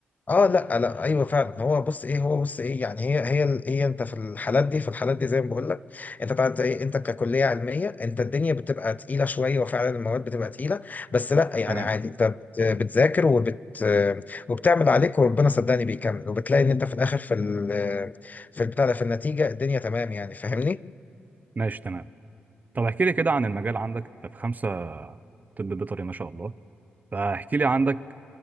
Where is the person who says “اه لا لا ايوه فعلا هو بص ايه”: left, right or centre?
Left